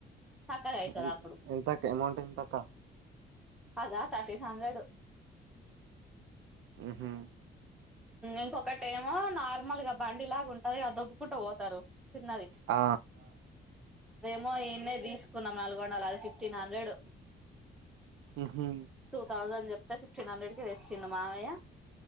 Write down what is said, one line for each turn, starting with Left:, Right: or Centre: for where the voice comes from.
Centre: చక్కగా అయితది
Right: ఎంత
Centre: అప్పుడు
Right: ఎంతక్క అమౌంట్ ఎంతక్క
Centre: కదా థర్టీన్ హండ్రెడ్
Right: ఉహు
Centre: ఇంకొకటెమొ నార్మల్గా బండిలాగా ఉంటది గా దొబ్బుకుంట పోతారు చిన్నది
Right: ఆ
Centre: మో ఇన్నే తీసుకున్నా నల్గొండల అది ఫిఫ్టీన్ హండ్రెడ్
Right: ఉహు
Centre: టూ థౌజండ్ చెప్తే ఫిఫ్టీన్ హండ్రెడ్ కి తెచ్చిండు మామయ్య